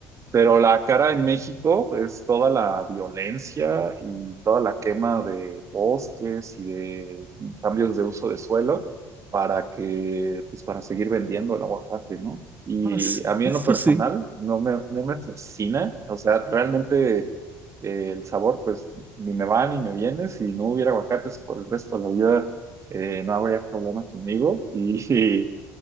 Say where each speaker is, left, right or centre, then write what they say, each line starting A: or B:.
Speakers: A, on the right; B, on the right.
A: pero la cara en México es toda la violencia y toda la quema de bosques y de cambios de uso de suelo para que, pues para seguir vendiendo el aguacate, ¿no? Y
B: Ah, s-
A: a mí
B: Eso
A: en lo personal
B: sí,
A: no me, no me fascina, o sea, realmente eh, el sabor pues ni me va ni me viene, si no hubiera aguacates por el resto de la vida eh, no habría problema conmigo y <laughs>